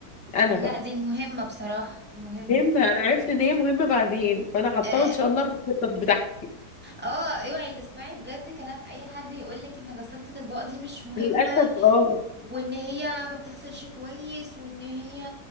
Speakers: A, on the left; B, in the centre.
A: انا
B: لا
A: بقى
B: دي مهمة بصراحة مهمة
A: مهمة أنا عرفت إن هي مهمة بعدين فأنا حطاها
B: اه
A: إن شاء الله في الخطط بتاعتي
B: آه، اوعي تسمعي بجد كلام اي حد يقولك ان غسالة الاطباق دي مش مهمة
A: للأسف اه
B: و- وان هي ما بتغسلش كويس وان هي